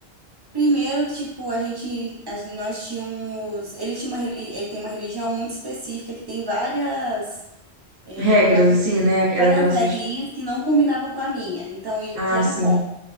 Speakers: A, on the right; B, on the right.
A: Primeiro que, tipo, a gente, a gen- nós tínhamos. Ele tinha uma, reli- ele tem uma religião muito específica que tem várias, é,
B: Regras,
A: vários,
B: assim, né? É
A: várias
B: daquelas.
A: regrinhas
B: que-
A: que não combinavam com a minha. Então, isso
B: Ah,
A: já era
B: sim.
A: um ponto.